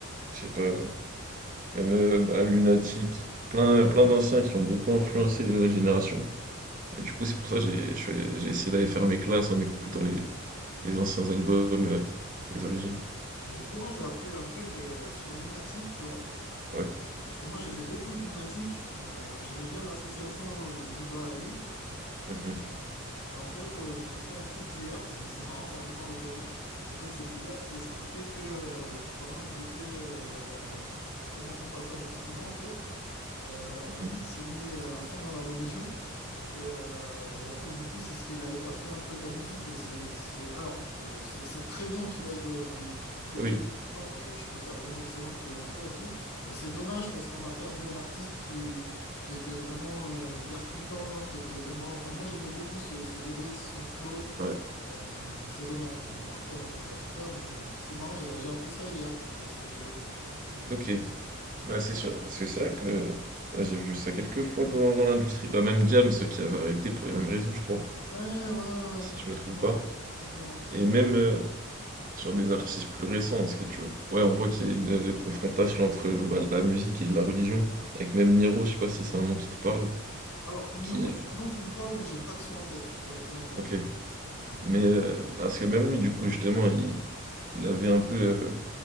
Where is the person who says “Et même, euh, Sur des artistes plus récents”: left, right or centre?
Right